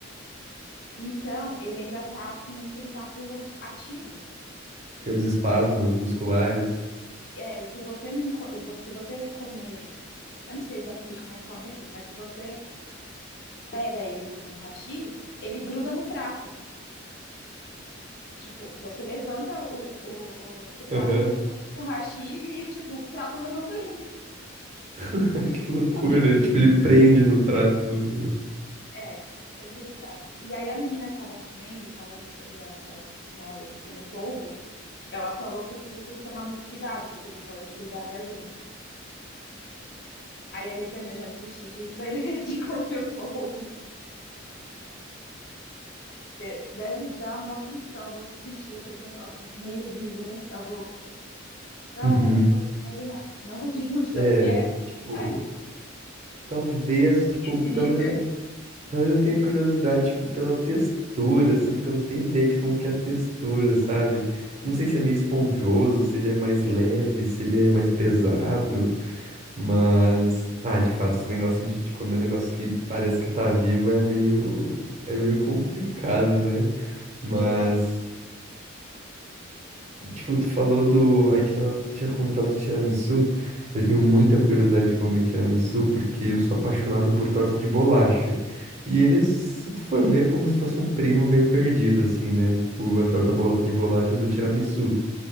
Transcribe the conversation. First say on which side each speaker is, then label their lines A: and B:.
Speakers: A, on the left; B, on the right.
A: Então, ele ainda tá com os tentáculos ativos.
B: Tem os espasmos musculares.
A: É, e se você não, co- se você comer, eu não sei exatamente como é que come aquilo, mas se você pega ele com o hashi, ele gruda no prato. Tipo, você levanta o, o, o tentáculo
B: Aham.
A: do coco com o hashi e, tipo, o prato levanta junto.
B: <laughs> Que
A: <laughs>
B: loucura.
A: Eu fiquei pensando,
B: Tipo, ele prende no prato.
A: É, depende no prato. E aí a menina que tava comendo, falando sobre a, a, né, o comer polvo, ela falou que as pessoas têm que tomar muito cuidado, porque ele pode grudar na garganta. Aí ali pra mim eu já desisti de, <laughs> da ideia de comer polvo. porque Deve dar uma aflição você sentir aquele negócio meio vivo dentro da boca. Ah,
B: Uhum.
A: eu não consigo imaginar. Eu não consigo <laughs> imaginar.
B: É,
A: Você tem essa
B: tipo,
A: capacidade?
B: talvez, tipo,
A: Esse
B: talvez
A: nível?
B: eu tenha, talvez eu tenha curiosidade, tipo, pela textura, assim, porque eu não tenho ideia de como que é a textura, sabe? Não sei se é meio esponjoso, se ele é mais leve, se ele é mais pesado, mas, ah, de fato, esse negócio de, de comer um negócio que parece que tá vivo é meio, é meio complicado, né? Mas
A: Exato.
B: Tipo, tu falou do. A gente tava- tinha comentado do tiramisu. Eu tenho muita curiosidade de comer tiramisu porque eu sou apaixonado por torta de bolacha. E eles, se tu for ver, é como se fosse um primo meio perdido, assim, né? Tipo, a torta bol- de bolacha do tiramisu.